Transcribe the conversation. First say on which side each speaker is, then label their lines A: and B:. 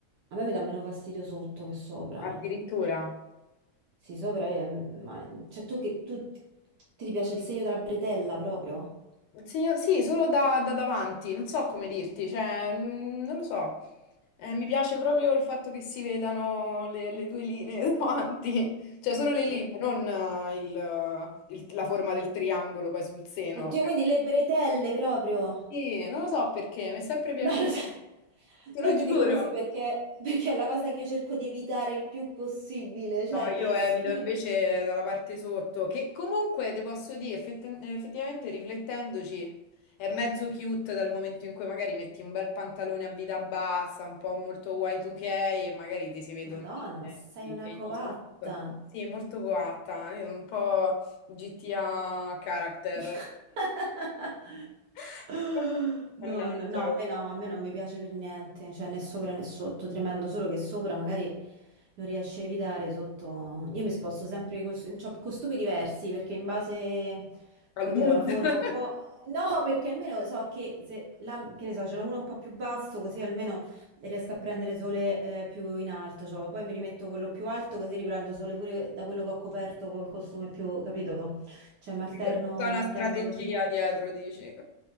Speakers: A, on the right; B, on the left.
A: A me mi dà meno fastidio sotto che sopra.
B: Addirittura.
A: Sì, sopra è, ma, cioè tu che tu ti piace il segno della bretella proprio?
B: Il segno- sì, solo da, da davanti, non so come dirti, cioè, mh, non lo so. Eh, mi piace proprio il fatto che si vedano le, le due linee <laughs> davanti, cioè solo le linee,
A: Oddio,
B: non eh, il- il- la forma del triangolo poi sul seno.
A: Oddio, quindi le bretelle proprio.
B: Sì, non lo so perché, mi è sempre piaciuto,
A: No, lo so.
B: te
A: No,
B: lo
A: io ti
B: giuro.
A: dico così perché, perché è la cosa che io cerco di evitare il più possibile. Cioè,
B: No, io evito
A: io-
B: invece dalla parte sotto, che comunque ti posso dire, effett- effettivamente riflettendoci, è mezzo cute dal momento in cui magari metti un bel pantalone a vita bassa, un po' molto Y2K e magari ti si vedono
A: Madonna,
B: le-
A: ma sei
B: i
A: una
B: segni
A: coatta.
B: sotto. Sì, molto coatta, io un po' GTA character.
A: <laughs>
B: <laughs>
A: No,
B: Mannaggia,
A: no, no, a
B: oh,
A: me no, a me non mi piace per niente, cioè né sopra né sotto, tremendo, solo che sopra magari lo riesci a evitare, sotto... Io mi sposto sempre con, cioè, con stupidi diversi, perché in base,
B: al
A: capito,
B: mood.
A: alla forma
B: <laughs>
A: un po'... No, perché almeno so che se, la- che ne so, ce n'è uno un po' più basso, così almeno riesco a prendere sole eh, più in alto, cioè, poi mi rimetto quello più alto, così riprendo sole pure da quello che ho coperto col costume più, capito? Cioè, mi alterno,
B: C'è tutta una
A: mi alterno
B: strategia
A: così.
B: dietro, dici.